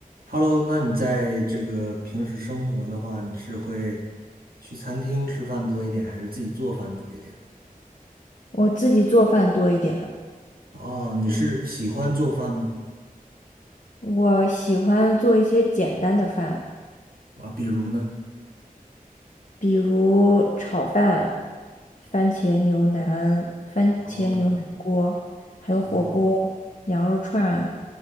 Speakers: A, on the right; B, on the left.
A: Hello，那你在这个平时生活的话，你是会去餐厅吃饭多一点，还是自己做饭多一点？
B: 我自己做饭多一点，
A: 哦，你是喜欢做饭吗？
B: 我喜欢做一些简单的饭，
A: 啊，比如呢？
B: 比如炒饭、番茄牛腩、番茄牛腩锅，
A: 哦
B: 还有火锅、
A: 哦
B: 羊肉串，